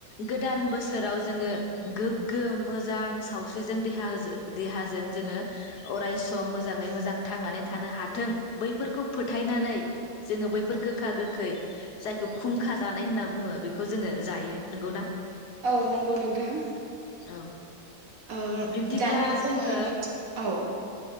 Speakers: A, on the left; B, on the right.
A: गोदान बोसोराव जोङो गोग गो मोजां सावस्रिजों देहा देहाजों जोङो अरायसम मोजाङै मोजां थांनानै थानो हाथों बैफोरखौ फोथायनानै जोङो बैफोर गोखा गोखै जायखौ खुंखा जानाय होनना बुङो बेखौ जोङो जायो नंगौ ना
B: औ नंगौ नोंथां
A: औ
B: ओ
A: बिब्दिब्ला
B: दानिया
A: जोङो
B: नैथि औ